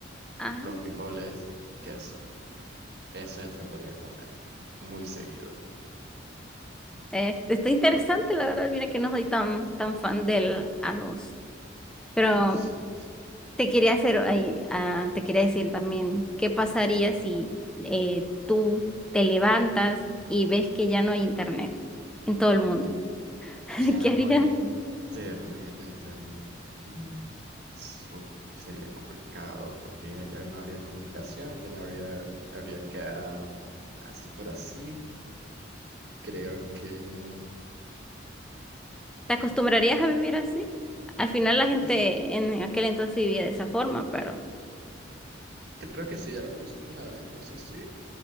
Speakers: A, in the centre; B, on the right.
A: Ah,
B: los frijoles y queso. Eso yo te lo podría comer muy seguido.
A: eh, está interesante, la verdad. Mira que no soy tan, tan fan del arroz. Pero
B: Yo sí, yo sí.
A: te quería hacer ahí, ah, te quería decir también, ¿qué pasaría si eh, tú te levantas y ves que ya no hay internet en todo el mundo? <laughs>
B: Ya
A: ¿Qué
B: no
A: harías?
B: hay internet en todo el mundo. Mm. Uf, sería complicado porque ya, ya no habría comunicación, ya no habría, habría quedado así por así. Creo que,
A: ¿Te acostumbrarías a vivir así? Al final la
B: creo
A: gente
B: que sí.
A: en aquel entonces vivía de esa forma, pero...
B: Creo que sí, ya lo conocimos una vez, entonces sí,